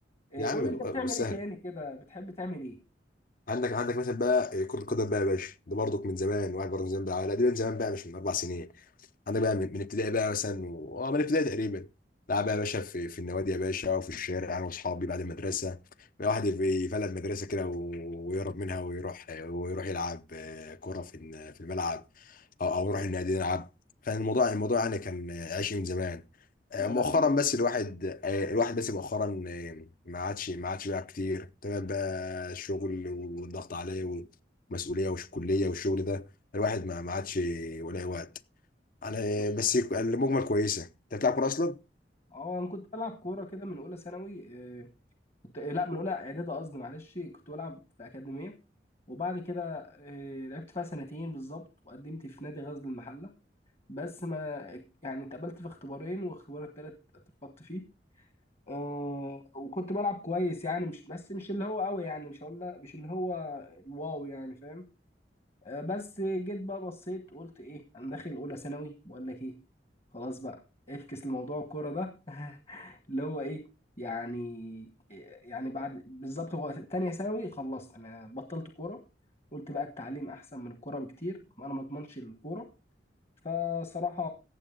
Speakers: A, on the left; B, on the left.
A: إيه،
B: يا عم
A: قول لي
B: أه،
A: انت بتعمل
B: سهل
A: ايه تاني كده بتحب تعمل ايه
B: عندك عندك مثلا بقى آه، كرة القدم بقى يا باشا ده برضك من زمان واحد برضه من زمان بقى لا دي من زمان بقى مش من اربع سنين عندك بقى من من ابتدائي بقى مثلا و- اه من ابتدائي تقريبا لعب بقى يا باشا في في النوادي يا باشا وفي الشارع انا واصحابي بعد المدرسه بقى واحد يبقى يفلت مدرسه كده و- ويهرب منها ويروح ويروح يلعب آه، كره في الن- في الملعب او او يروح النادي يلعب فالموضوع الموضوع الموضوع يعني كان آه، عايش من زمان آه،
A: لا
B: مؤخرا
A: لا جميل
B: بس
A: جدا
B: الواحد آه، الواحد بس مؤخرا آه، ما عادش ما عادش بقى كتير تمام بقى الشغل والضغط عليه والمسؤوليه والكليه والشغل ده الواحد ما ما عادش ولا وقت على
A: بصراحه
B: بس يك- المجمل كويسه انت بتلعب كوره اصلا
A: اه انا كنت بلعب كوره كده من اولى ثانوي آه، كنت إيه، لا من اولى اعدادي قصدي معلش كنت بلعب في اكاديميه وبعد كده آه، لعبت فيها سنتين بالظبط وقدمت في نادي غزل المحله بس ما يعني اتقبلت في اختبارين واختبار التالت اترفضت فيه أه وكنت بلعب كويس يعني مش بس مش اللي هو قوي يعني مش هقول لا- مش اللي هو الواو يعني فاهم آه، بس جيت بقى بصيت قلت ايه انا داخل اولى ثانوي بقول لك ايه خلاص بقى افكس لموضوع الكوره ده <laughs> اللي هو ايه يعني آه، يعني بعد بالظبط هو تانية ثانوي خلصت انا بطلت كوره قلت بقى التعليم احسن من الكوره بكتير وانا ما اضمنش الكوره فصراحه